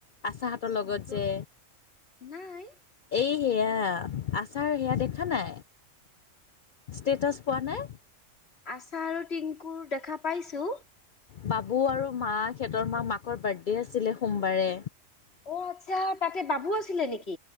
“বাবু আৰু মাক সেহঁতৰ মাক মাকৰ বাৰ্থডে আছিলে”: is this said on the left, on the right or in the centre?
Left